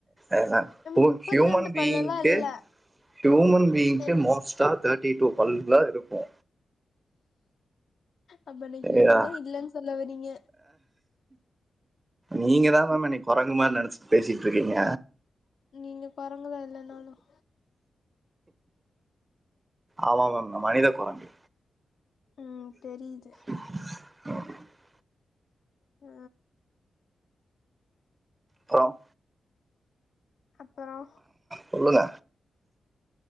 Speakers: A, on the right; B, on the left.
A: அஹ ஒ
B: முப்பத்தி
A: ஹியூமன்
B: ரெண்டு
A: பீயிங்க்கு
B: பல்லெல்லாம் இல்லை
A: ஹியூமன் பீயிங்க்கு
B: என்-
A: மோஸ்ட் டா தேட்டி டூ பல்லுதா இருக்கு
B: அப்ப நீ
A: சரியா
B: ஹியூமனே இல்லலன்னு சொல்ல வரீங்க
A: நீங்க தா மேம் என்ன கொரங்கு மாரி நெனச்ட்டு பேசிட் ருக்கீங்க
B: நீங்க குரங்குதான் இல்லைனாலும்
A: ஆமா மேம் மனித குரங்கு
B: ம் தெரிது
A: ஓக்
B: அ
A: அப்றம்
B: அப்பறோ
A: சொல்லுங்க